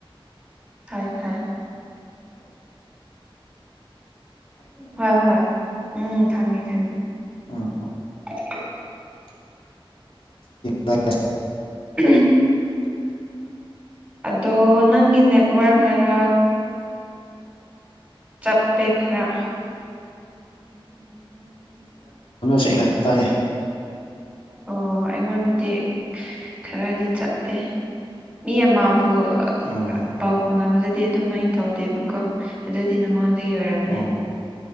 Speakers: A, in the centre; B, on the left (about 70°).
A: ꯐꯥꯏ ꯐꯥꯏ ꯍ ꯍ ꯎꯝ ꯈꯪꯉꯤ ꯈꯪꯉꯤ
B: ꯎꯝ
A: ꯑꯣ
B: ꯁ
A: ꯎꯝ ꯑꯗꯣ ꯅꯪꯒꯤ ꯅꯦꯠꯋꯥꯔꯛꯅꯔ ꯆꯞꯄꯦ ꯈꯔ ꯎꯝ
B: ꯁꯦꯡꯅ ꯇꯥꯏ
A: ꯑꯣ ꯑꯩꯉꯣꯟꯗꯗꯤ ꯈꯔꯗꯤ ꯆꯞꯄꯦ ꯃꯤ ꯑꯃꯕꯨ
B: ꯑꯣ
A: ꯄꯥꯎ ꯐꯥꯎꯅꯕꯗꯗꯤ ꯑꯗꯨꯝꯥꯏꯅ ꯇꯧꯗꯦꯕꯀꯣ ꯑꯗꯨꯗꯤ ꯅꯉꯣꯟꯗꯒꯤ ꯑꯣꯏꯔꯝꯅꯦ
B: ꯑꯣ